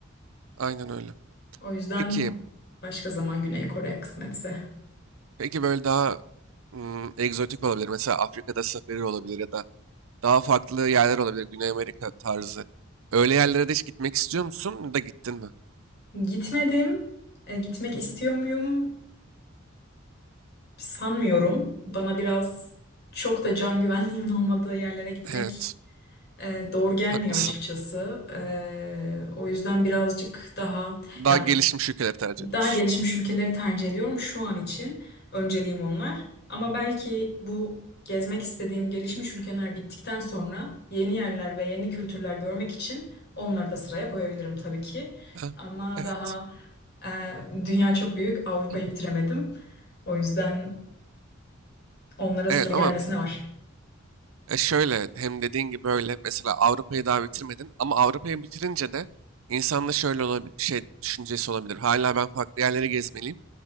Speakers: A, on the right (about 80°); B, on the left (about 55°).
A: aynen öyle.
B: O yüzden
A: Peki,
B: başka zaman Güney Kore kısmetse.
A: peki böyle daha ım, egzotik olabilir. Mesela Afrika'da safari olabilir ya da Daha farklı yerler olabilir. Güney Amerika tarzı. Öyle yerlere de hiç gitmek istiyor musun? Ya da gittin mi?
B: Gitmedim. E, gitmek istiyor muyum? Sanmıyorum. Bana biraz çok da can güvenliğimin olmadığı yerlere gitmek
A: Evet.
B: e, doğru gelmiyor
A: Haklısın.
B: açıkçası. E, o yüzden birazcık daha
A: Daha
B: ya
A: gelişmiş ülkeleri tercih ediyorsun.
B: Daha gelişmiş ülkeleri tercih ediyorum şu an için. Önceliğim onlar. Ama belki bu gezmek istediğim gelişmiş ülkeler bittikten sonra yeni yerler ve yeni kültürler görmek için onları da sıraya koyabilirim tabii ki.
A: Ha,
B: Ama
A: Evet.
B: daha e, dünya çok büyük,
A: <clears throat>
B: Avrupa'yı
A: Hı.
B: bitiremedim. O yüzden onlara
A: Evet
B: sıra gelmesine
A: ama
B: var.
A: e, şöyle hem dediğin gibi böyle mesela Avrupa'yı daha bitirmedin ama Avrupa'yı bitirince de insanda şöyle olabilir, şey düşüncesi olabilir. Hala ben farklı yerleri gezmeliyim.